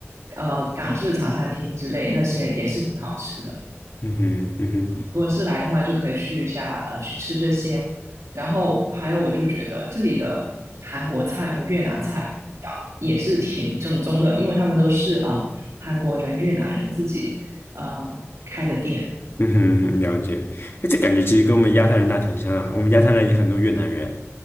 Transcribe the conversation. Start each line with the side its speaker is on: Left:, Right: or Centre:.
Right: 呃呃港式茶餐厅之类那些也是挺好吃的。
Left: 嗯哼，嗯哼，
Right: 如果是来的话，就可以去一下呃去吃这些。然后还有，我就觉得这里的韩国菜和越南菜啊也是挺正宗的，因为他们都是啊、呃韩国人、越南人自己呃开的店。
Left: 嗯哼，了解。哎，这感觉其实跟我们亚太人大挺像的，我们亚太人也很多越南人